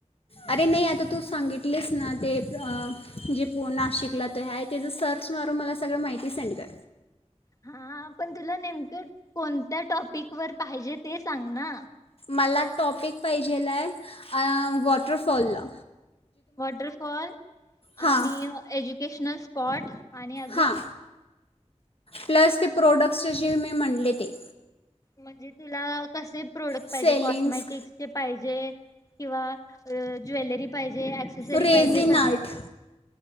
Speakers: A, on the left (about 55°); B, on the left (about 30°).
A: अरे नाही आता तू सांगितलीस ना ते <inaudible> जे पो नाशिकला ते आहेत त्याचं सर्च मारून मला सगळं माहिती सेंड कर
B: हां हां पण तुला नेमकं कोणत्या टॉपिक वर पाहिजे ते सांग ना?
A: मला टॉपिक पाहिजेलाय अं वॉटरफॉल ला
B: वॉटरफॉल
A: हां
B: आणि एज्युकेशनल स्पॉट आणि अजून-
A: हां प्लस ते प्रोडक्ट्स जे मी म्हणले ते
B: म्हणजें तुला कसे- प्रोडक्ट
A: सेलिंग्स
B: पाहिजे कॉस्मेटिक्स चे पाहिजे जे किंवा अ ज्वेलरी पाहि जे ॲक्सेसरी
A: रेझिन
B: पाहिजे कसे
A: आर्ट